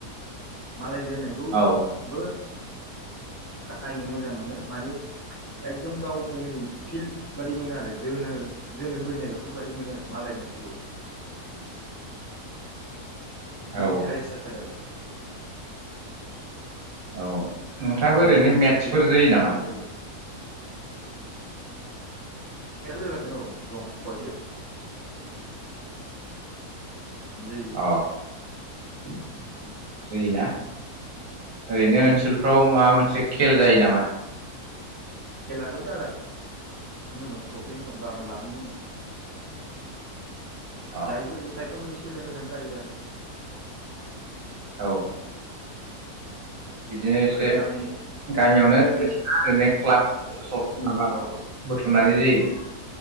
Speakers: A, on the left (about 15°); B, on the right (about 60°).
A: मालाय जोनायखौ
B: औ
A: बो नायनो मोजां मोनो मानि एकदम गावनि फिल्ड बादि मोनो आरो जोनो जोनो लुबैनाय बेफोरबायादि मोनो आरो मालायनायखौबो।
B: औ
A: इन्टारेस्ट जाथारो आरो। <inaudible>
B: औ नोंथाङाबो
A: गाव
B: ओरैनो
A: जोनो
B: मेटसफोर
A: लुबैथारो
B: जोयो
A: बेफोरबायदि
B: नामा?
A: जायो <unintelligible> जोयो।
B: अ
A: <inaudible>
B: जोयोना ओरैनो
A: औ
B: ओनसोलफ्राव माबा मोनसे खेल जायो नामा?
A: खेलाथ' जागासि नो होनदों ट्रफिनो दं गाबोन लाहैनो होनदों।
B: अ
A: जायो <unintelligible> एसे गोजान गोजान जायो आरो।
B: औ।
A: <unintelligible>
B: बिदिनो एसे
A: ओरै गामि
B: गामियावनो
A: मिस
B: ओरैनो आरो नेद क्लाब माबा
A: औ
B: बुथुमनानै जायो। <unintelligible>